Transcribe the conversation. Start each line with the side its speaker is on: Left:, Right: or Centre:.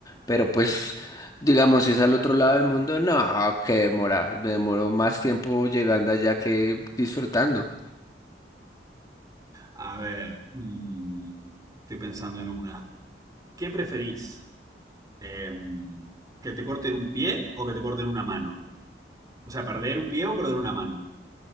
Left: pero pues, digamos, si es al otro lado del mundo, no, qué demora. Me demoro más tiempo llegando allá que disfrutando.
Right: A ver, mm, estoy pensando en una. ¿Qué preferís? Em, ¿que te corten un pie o que te corten una mano? O sea, perder un pie o perder una mano.